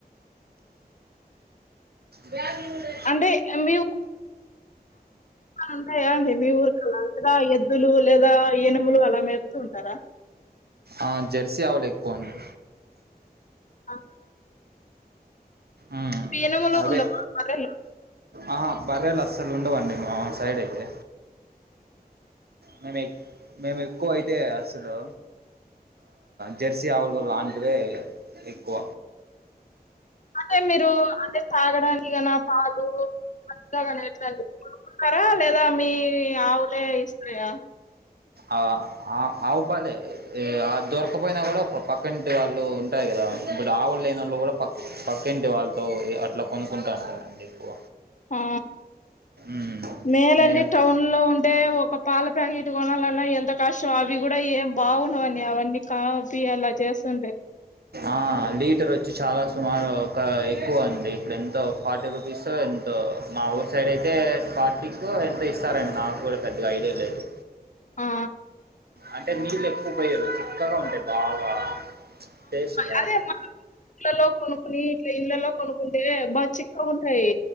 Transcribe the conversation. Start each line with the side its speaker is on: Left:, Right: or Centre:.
Right: బ్యాంగుళూరు
Left: అంటే మీ ఉంటాయా అండి మీ ఊరికలా లేదా ఎద్దులు లేదా ఈనములు అలా మేపుతూ ఉంటారా
Right: ఆ జెర్సీ ఆవులు ఎక్కువ అండి
Left: అ
Right: మ్మ్
Left: ఎనుములు
Right: అవే
Left: ఉండవు బర్రెలు
Right: ఆహా బర్రేలు అస్సలు ఉండవండి మా సైడ్ అయితే మేము మేము ఎక్కువ అయితే అసలు జెర్సీ ఆవులు లాంటివే ఎక్కువ
Left: అంటే మీరు అదే తాగడానికి పాలు మంచిగా <inaudible> పర్వాలేదా మీ ఆవులే ఇస్తయా
Right: ఆ ఆవుపాలే ఆ దొరక్కపోయినా కూడా పక్కంటి వాళ్ళు ఉంటాయి కదా ఇప్పుడు ఆవులు లేని వాళ్ళు కూడా పక్క పక్కింటి వాళ్ళతో అట్లా కొనుక్కుంటా ఉంటారండి ఎక్కువ
Left: ఆ
Right: మ్మ్
Left: మేలండి
Right: మేము
Left: టౌన్ లో ఉం టే ఒక పాల ప్యాకెట్ కొనాలన్నా ఎంత ఫస్ట్ అవి కూడా ఏం బాగున్నవని అవన్నీ కాపీ అలా చేస్తుండే
Right: ఆ లీటర్ వచ్చి చాలా సుమారు ఒక ఎక్కువ అండి ఇక్కడ ఎంతో ఫార్టీ రూపీస్ సో మా ఊరు సైడ్ అయితే ఫార్టీకో ఎంతో ఇస్తారండి నాకు కూడా పెద్దగా ఐడియా లేదు
Left: ఆ
Right: అంటే నీళ్ళు ఎక్కువ పోయరు చిక్కగా ఉంటాయి బాగా టేస్ట్ బాగుంటాయి
Left: అదే మ ఇళ్ళలో కొనుక్కుని ఇట్లా ఇండ్లలో కొనుకుంటే బాగా చిక్క ఉంటాయి